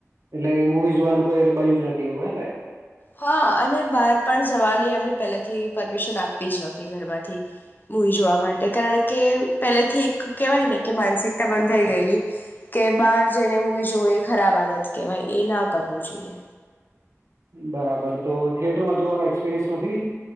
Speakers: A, on the right; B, on the left.
A: એટલે મૂવી જોવાનું કોઈ <unintelligible> જ નથી એવું બને ને?
B: હા અને બહાર પણ જવાની અમને પહેલેથી પરમિશન આપી જ નથી ઘરમાંથી મૂવી જોવા માટે, કારણ કે પહેલેથી એક કેહેવાય ને કે માનસિકતા બંધાઈ ગયેલી કે બહાર જઈને મૂવી જોવે ખરાબ આદત કેવાય એ ના કરવું જોઈએ.
A: બરાબર. તો થિયેટરમાં જોવાનો એક્સપિરિયન્સ નથી,